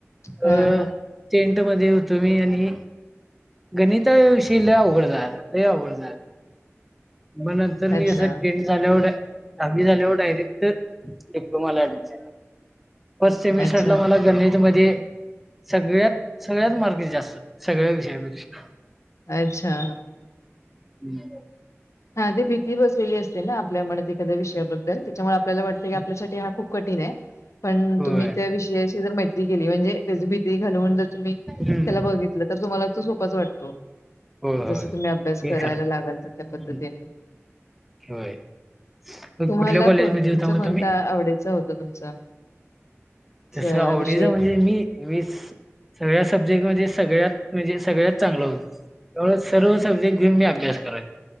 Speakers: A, on the left (about 80°); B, in the centre.
A: हा
B: अ
A: हा
B: टेंट मध्ये होतो मी आणि, गणिता विषय लय अवघडणार-अवघडणार मग नंतर
A: अच्छा
B: मी जं टेंट झाल्यावर दहावी झाल्यावर डायरेक्ट डिप्लोमाला अँडमिशन फस् ते मिसटला
A: अच्छा
B: मला गणितमध्ये सगळ्यात-सगळ्यात मार्क जास्त सगळ्या विषयापेक्षा
A: अच्छा,
B: <inaudible>
A: हा ते भीती बसलेली असते ना आपल्या म्हणत एखाद्या विषयाबद्दल त्याच्यामुळे आपल्याला वाटतं की आपल्यासाठी
B: हं,
A: हा खूप कठीण आहे पण
B: होय.
A: तुम्ही त्या विषयाची जर मैत्री केली म्हणजे त्या भी घालून त् त्याला
B: हं.
A: बघितलं तर तुम्हाला त सोच वाटतो.
B: होय,
A: जसं
B: होय.
A: तुम्ही अभ्यास
B: हे
A: करायला
B: खरं.
A: लागाल तर त्या
B: हं,
A: पद्धतीने
B: होय, मग
A: तुम्हाला
B: कुठल्या कॉलेजमध्ये
A: कोण तुमचा
B: होता मग
A: कोणता
B: तुम्ही?
A: आवडीचा होत तुमचा स-
B: तस आवडीच
A: विषय
B: म्हणजे मी मी सगळ्या सब्जेक्ट मध्ये सगळ्यात म्हणजे सगळ्यात चांगलं होत त्या सर्व सब्जेक्ट घेऊन मी अभ्यास करायचो.